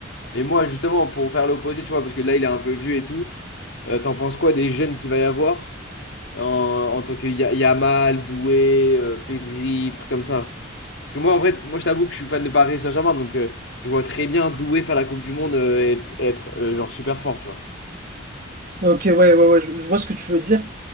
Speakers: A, on the left; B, on the right.
A: Mais moi, justement, pour faire l'opposé, tu vois, parce que là, il est un peu vieux et tout. Euh, t'en penses quoi des jeunes qu'il va y avoir en, en tant que Ya- Yamal, Doué, euh, Pedri, trucs comme ça? Parce que moi, en vrai, moi je t'avoue que je suis fan de Paris Saint-Germain, donc euh, je vois très bien Doué faire la Coupe du Monde euh, et t- être euh, genre super fort, tu vois.
B: Ok, ouais, ouais, ouais, je, je vois ce que tu veux dire.